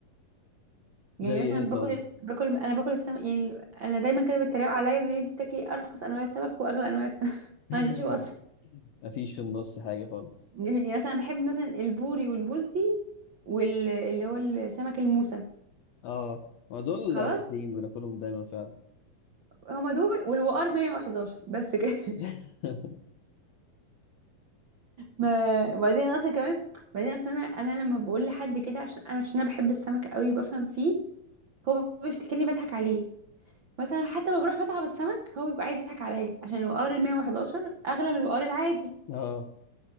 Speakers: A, on the right (about 60°); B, on the left (about 65°).
A: يعني
B: زي
A: مثلا
B: ايه طيب
A: باكل باكل انا باكل السمك يعني انا دايما كده بيتريقوا عليا بيقولوا لي انت بتاكلي ارخص انواع السمك واغلى انواع السمك <laughs>
B: <laughs>
A: ما عنديش وصف
B: مفيش في النص حاجة خالص
A: يعني مثلا بحب مثلا البوري والبولتي واللي هو السمك الموسى
B: اه ما دول
A: خلاص
B: الاساسيين بناكلهم دايما فعلا
A: هما دول والوقار 111 بس كده <laughs>
B: <laughs>
A: ما بعدين اصلا كمان بعدين اصلا انا انا لما بقول لحد كده عشان انا عشان انا بحب السمك قوي وبفهم فيه هو بيفتكرني بضحك عليه مثلا حتى لما بروح مطعم السمك هو بيبقى عايز يضحك عليا عشان الوقار ال 111 اغلى من الوقار العادي
B: اه